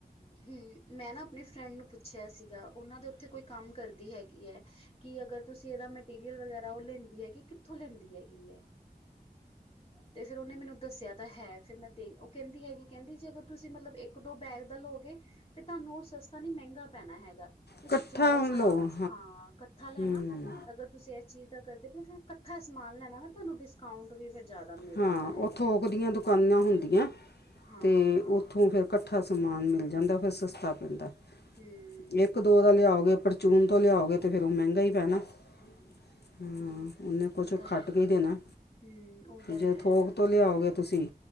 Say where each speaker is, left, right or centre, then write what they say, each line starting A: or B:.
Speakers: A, on the left; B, on the left.
A: ਹੂੰ, ਮੈਂ ਨਾ ਅਪਨੇ ਫਰੈਂਡ ਨੂੰ ਪੁੱਛੇਆ ਸੀਗਾ, ਓਨਾਂ ਦੇ ਉੱਥੇ ਕੋਈ ਕਾੰਮ ਕਰਦੀ ਹੈਗੀ ਐ। ਕਿ ਅਗਰ ਤੁਸੀ ਐਦਾ ਮੈਟੀਰੀਅਲ ਵਗੈਰਾ ਓ ਲੈਂਦੀ ਹੈਗੀ, ਕਿੱਥੋਂ ਲੈਂਦੀ ਹੈਗੀ ਐ। ਤੇ ਫੇਰ ਓਨੇ ਮੈਨੂੰ ਦੱਸੇਆ ਤਾ ਹੈ। ਫੇਰ ਮੈਂ ਦੇ ਓ ਕੈੱਦੀ ਹੈਗੀ, ਕੈਂਦੀ ਜੇ ਅਗਰ ਤੁਸੀ ਮਤਲਬ ਇੱਕ-ਦੋ ਬੈਗ ਦਾ ਲੋਗੇ। ਫਿਰ ਤੁਆਨੂੰ ਓ ਸਸਤਾ ਨੀ ਮੈਂਗਾ ਪੈਨਾ ਹੈਗਾ। ਤੁਸੀਂ
B: ਇਕੱਠਾ
A: ਜਾਦਾ ਸਾਰਾ
B: ਲਓ
A: ਹਾਂ ਕੱਠਾ ਲੈਨਾ
B: ਹੂੰ
A: ਅਗਰ ਤੁਸੀਂ ਏਸ ਚੀਜ਼ ਦਾ ਕਰਦੇ ਪਏ ਫਿਰ ਕੱਠਾ ਸਮਾਨ ਲੈਨਾ ਨਾ ਤੁਆਨੂੰ ਡਿਸਕਾਊਂਟ ਵੀ ਫਿਰ ਜ਼ਿਆਦਾ ਮਿਲ
B: ਹਾਂ
A: ਜਾਂਦਾ
B: ਓ
A: ਹੈਗਾ
B: ਥੋਕ
A: ਆ।
B: ਦੀਆਂ ਦੁਕਾਨਾਂ ਹੁੰਦੀਆਂ
A: ਹਾਂ
B: ਤੇ ਓਥੋਂ ਫੇਰ ਕੱਠਾ ਸਮਾਨ ਮਿਲ ਜਾਂਦਾ ਫੇਰ ਸਸਤਾ ਪੈਂਦਾ
A: ਹੂੰ
B: ਏ ਇੱਕ ਦੋ ਦਾ ਲਿਆਓਗੇ ਪਰਚੂਨ ਤੋਂ ਲਿਆਓਗੇ ਤੇ ਫੇਰ ਓ ਮੈਂਗਾ ਈ ਪੈਨਾ। ਹੂੰ, ਓਨੇ ਕੁਛ
A: ਉਹ ਤਾਂ
B: ਖੱਟ
A: ਹੈ।
B: ਕੇ ਈ ਦੇਨਾ।
A: ਹੂੰ। ਉਹ ਤਾਂ
B: ਜੇ
A: ਹੈ।
B: ਥੋਕ ਤੋਂ ਲਿਆਓਗੇ ਤੁਸੀਂ